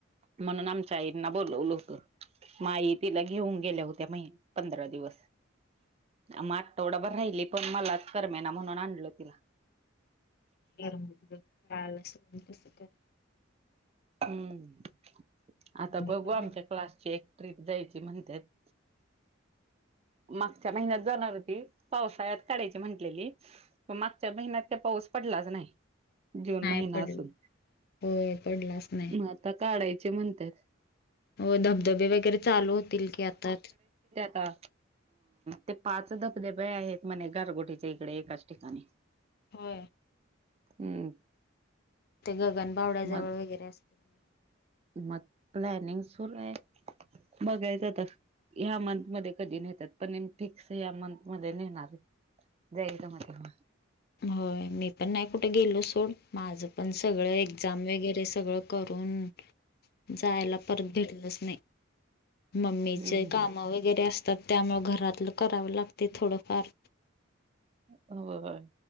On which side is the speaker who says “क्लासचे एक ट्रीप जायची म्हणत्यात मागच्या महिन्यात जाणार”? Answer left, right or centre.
Right